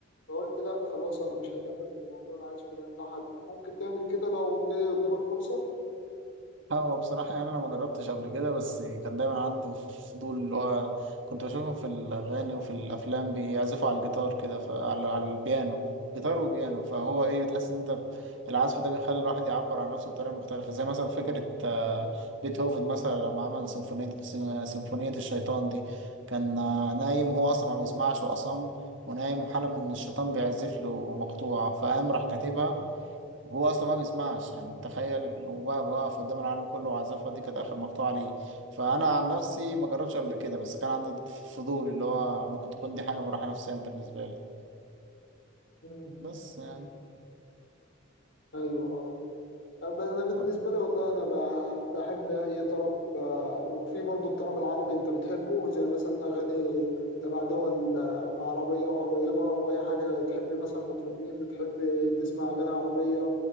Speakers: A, on the left; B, on the right.
A: فقلت لا خلاص انا مش هكمل في موضوع العزف ده انت حب... ممكن تعمل كده لو جه قدامك فرصة
B: هو بصراحة يعني أنا ما جربتش قبل كده بس كان دايما عندي فضول اللي هو كنت بشوفهم في الأغاني وفي الأفلام بيعزفوا على الجيتار كده ف- على على البيانو جيتار وبيانو فهو إيه بتحس إن أنت ب- العزف ده بيخلي الواحد يعبر عن نفسه بطريقة مختلفة زي مثلا فكرة آه، بيتهوفن مثلا لما عمل سيمفونية سيم- سيمفونية الشيطان دي كان آه، نايم هو أصلا ما بيسمعش وأصم ونايم وحلم إن الشيطان بيعزف له مقطوعة فقام راح كاتبها هو اصلا ما بيسمعش يعني تخيل وبقى واقف قدام العالم كله وعزفها دي كانت اخر مقطوعه ليه فانا عن نفسي ما جربتش قبل كده بس كان عندي فضول اللي هو ممكن تكون دي حاجه مراحه نفسيه بالنسبه لي
A: مم.
B: بس يعني
A: ايوه اه أما انا بالنسبه
B: طب-
A: لي والله انا ب- بحب اي طرب آه، وفي برضو الطرب العربي انت بتحبه زي مثلا اغاني تبع دول آه، عربيه قريبه او اي حاجه تحب مثلا مطربين بتحب تسمع اغاني عربيه